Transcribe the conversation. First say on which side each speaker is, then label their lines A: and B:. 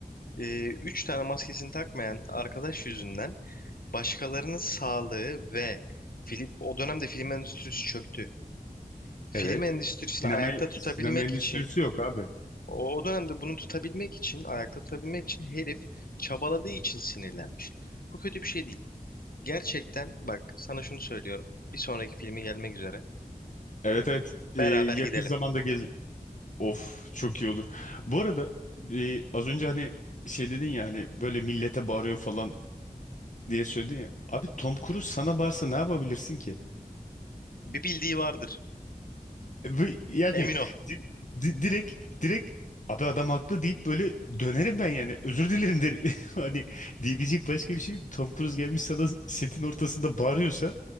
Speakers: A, on the left; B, on the left.
A: e, üç tane maskesini takmayan arkadaş yüzünden başkalarının sağlığı ve film, o dönemde film endüstrisi çöktü. Film
B: Evet.
A: endüstrisini
B: Sinema
A: ayakta tutabilmek
B: sinema endüstrisi
A: için
B: yok abi.
A: o, o dönemde bunu tutabilmek için, ayakta tutabilmek için herif çabaladığı için sinirlenmiş. Bu kötü bir şey değil. Gerçekten bak sana şunu söylüyorum. Bir sonraki filmi gelmek üzere.
B: Evet evet. Ee,
A: Beraber
B: yakın
A: gidelim.
B: zamanda gez Of çok iyi olur. Bu arada e, az önce hani şey dedin ya hani böyle millete bağırıyor falan diye söyledin ya. Abi Tom Cruise sana bağırsa ne yapabilirsin ki?
A: Bir bildiği vardır.
B: Bu, yani
A: Emin ol.
B: di- di- direkt direkt abi adam haklı deyip böyle dönerim ben yani özür dilerim derim. <laughs> Hani diyebilecek başka bir şey yok. Tom Cruise gelmiş sana setin ortasında bağırıyorsa